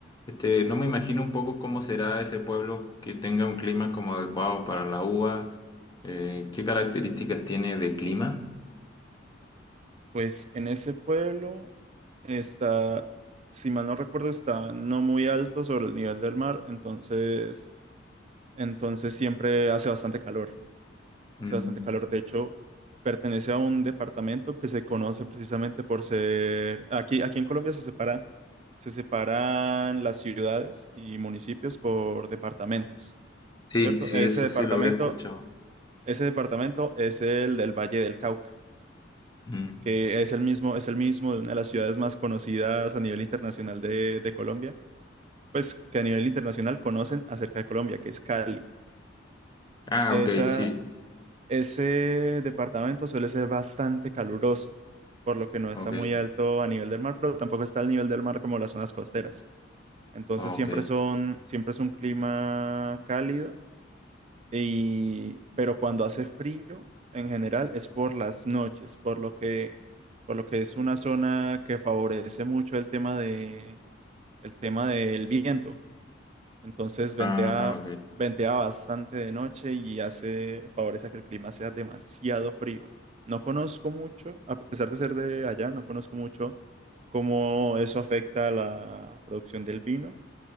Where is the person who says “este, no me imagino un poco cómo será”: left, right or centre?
Left